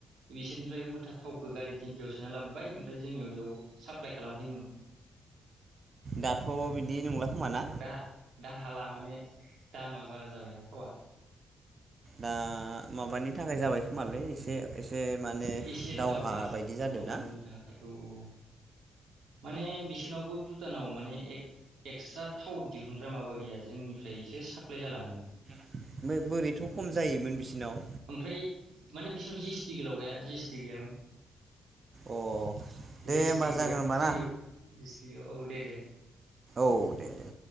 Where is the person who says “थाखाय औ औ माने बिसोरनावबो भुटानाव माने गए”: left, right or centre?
Right